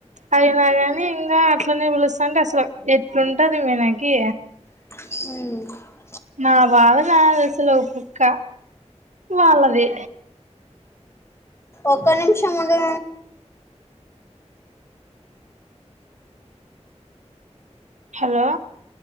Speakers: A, on the right; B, on the left.
A: అయినా గాని ఇంకా అట్లనే పిలుస్తంటే అసలు ఎట్లుంటది మనాకి
B: హ
A: నా భాధ నాది అసలు ఒక పక్క వాళ్ళది
B: ఒక్క నిమిషం ఉండు
A: హలో